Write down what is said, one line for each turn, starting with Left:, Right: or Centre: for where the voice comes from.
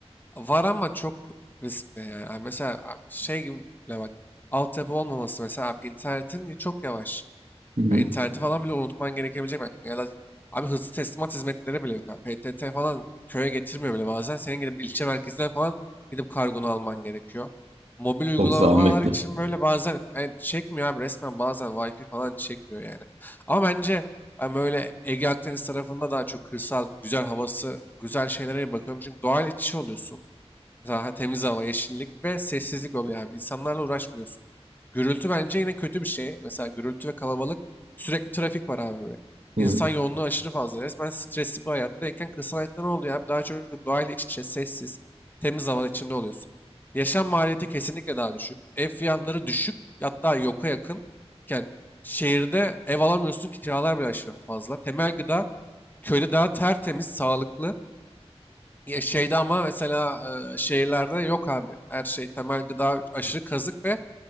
Left: Var ama çok riskli yani. Abi mesela abi şey gibi bile bak. Altyapı olmaması mesela abi internetin çok yavaş.
Right: Hı hı.
Left: Ha, İnterneti falan bile unutman gerekebilecek belki. Ya da abi hızlı teslimat hizmetleri bile yok. abi. PTT falan köye getirmiyor bile bazen. Senin gidip ilçe merkezinden falan gidip kargonu alman gerekiyor. Mobil uygulamalar
Right: Çok zahmetli.
Left: için böyle bazen evet, çekmiyor abi resmen bazen Wi-Fi falan çekmiyor yani. Ama bence ben böyle Ege Akdeniz tarafında daha çok kırsal, güzel havası, güzel şeylere bakıyorum. Çünkü doğal iç içe oluyorsun. Daha temiz hava, yeşillik ve sessizlik oluyor abi. İnsanlarla uğraşmıyorsun. Gürültü bence yine kötü bir şey. Mesela gürültü ve kalabalık sürekli trafik var abi.
Right: Hı
Left: İnsan
Right: hı.
Left: yoğunluğu aşırı fazla. Resmen stresli bir hayattayken kırsal hayatta ne oluyor abi? Daha çok doğayla iç içe, sessiz, temiz hava içinde oluyorsun. Yaşam maliyeti kesinlikle daha düşük. Ev fiyatları düşük, hatta yoka yakınken şehirde ev alamıyorsun, kiralar bile aşırı fazla. Temel gıda köyde daha tertemiz, sağlıklı ya şeyde ama mesela e, şehirlerde yok abi. Her şey temel gıda aşırı kazık ve